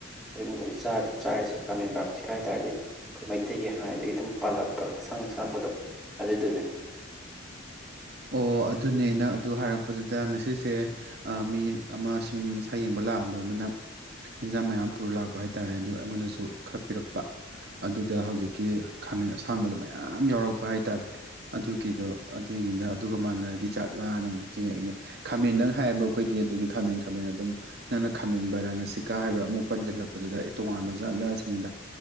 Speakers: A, in the centre; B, on the right.
A: ꯑꯗꯨꯒꯨꯝꯕꯕꯁꯤ ꯆꯥꯗꯦ ꯆꯥꯔꯤꯁꯦ ꯈꯥꯃꯦꯟꯕ꯭ꯔꯥ ꯃꯁꯤ ꯍꯥꯏ ꯇꯥꯔꯗꯤ ꯑꯩꯈꯣꯏ ꯃꯩꯇꯩꯒꯤ ꯍꯥꯟꯅꯗꯒꯤ ꯑꯗꯨꯝ ꯄꯥꯜꯂꯛꯄ ꯑꯁꯥꯡ ꯑꯁꯥꯡꯕꯗꯣ ꯑꯗꯨꯗꯨꯅꯤ
B: ꯑꯣ ꯑꯗꯨꯅꯦꯅ ꯑꯗꯨ ꯍꯥꯏꯔꯛꯄꯗꯨꯗ ꯉꯁꯤꯁꯦ ꯃꯤ ꯑꯃ ꯁꯨꯝ ꯃꯁꯥ ꯌꯦꯡꯕ ꯂꯥꯛꯑꯝꯕ ꯑꯃꯅ ꯑꯦꯟꯖꯥꯡ ꯃꯌꯥꯝ ꯄꯨꯔ ꯂꯥꯛꯄ ꯍꯥꯏꯇꯥꯥꯔꯦ ꯑꯗꯨ ꯑꯩꯉꯣꯟꯗꯁꯨ ꯈꯛꯄꯤꯔꯛꯄ ꯑꯗꯨꯗ ꯍꯧꯖꯤꯛꯀꯤ ꯈꯥꯃꯦꯟ ꯑꯁꯥꯡꯕꯗꯣ ꯃꯌꯥꯝ ꯌꯥꯎꯔꯛꯄ ꯍꯥꯏ ꯇꯔꯦ ꯑꯗꯨꯒꯤꯗꯣ ꯑꯗꯨꯒꯤꯅ ꯑꯗꯨꯒ ꯃꯥꯟꯅꯔꯗꯤꯖꯥꯠꯂꯥꯑꯅ ꯅꯤꯡ ꯆꯤꯡꯉꯛꯏꯅꯦ ꯈꯥꯃꯦꯟ ꯅꯪ ꯍꯥꯏꯕ ꯑꯩꯈꯣꯏꯗꯤ ꯑꯗꯨꯗꯤ ꯈꯥꯃꯦꯟ ꯈꯥꯃꯦꯟ ꯑꯗꯨꯝ ꯅꯪꯅ ꯈꯥꯃꯦꯟ ꯕꯔꯥꯅ ꯆꯤꯀꯥ ꯍꯥꯏꯕ꯭ꯔꯥ ꯑꯃꯨꯛ ꯄꯟꯁꯤꯜꯂꯛꯄꯗꯨꯗ ꯑꯩ ꯇꯣꯉꯥꯟꯕ ꯖꯥꯠꯂꯥ ꯑꯁꯤꯅꯤꯗ